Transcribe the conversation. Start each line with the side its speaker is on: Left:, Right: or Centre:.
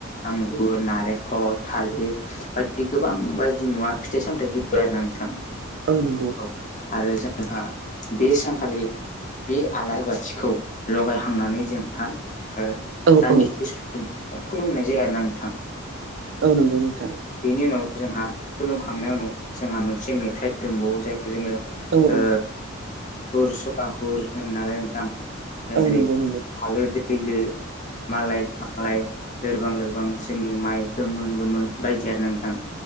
Left: आंगुर, नारेखल, थालिर बायदि गोबां बायदि मुवा फिथाइ सामथाइ होयो आरो ना नोंथां
Right: औ नोंगौ
Left: औ आरो जोंहा बे सानखालि बे आलारि बाथिखौ लगायखांनानै जोंहा ओ दान्दिसे
Right: औ औ
Left: स बु औ खुलुमनाय जायो आरो ना नोंथां
Right: औ नोंगौ नोंथां
Left: बिनि उनाव जोंहा खुलुमखांनायनि उनाव जोंहा मोनसे मेथाइ दोंबावो जायखौ जोङो
Right: औ
Left: ओ
Right: औ
Left: हुर सका हुर होननानै नोंथां ओ
Right: औ
Left: जेरै
Right: नंगौ नंगौ
Left: हालो दैलो मालाय मालाय लोरबां लोरबां जोंनि माइ गोमोन मोन बायदि आरो नोंथां